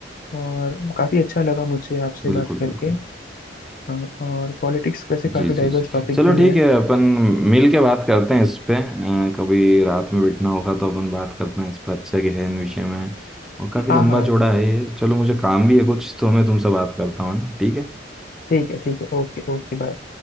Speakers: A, on the left; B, in the centre.
A: और काफ़ी अच्छा लगा मुझे आपसे
B: बिल्कुल
A: बात करके
B: बिल्कुल
A: अ, और पॉलिटिक्स वैसे काफ़ी
B: जी जी
A: डाइवर्स
B: जी
A: टॉपिक
B: चलो
A: भी
B: ठीक
A: है
B: है अपन मिल के बात करते हैं इस पे अ, कभी रात में बैठना होगा तो अपन बात करते हैं इस पर अच्छा गहन विषय में और काफ़ी
A: हाँ
B: लंबा
A: हाँ
B: चौड़ा है ये चलो मुझे काम भी है कुछ तो मैं तुमसे बात करता हूँ ना ठीक है
A: ठीक है ठीक है ओके ओके बाय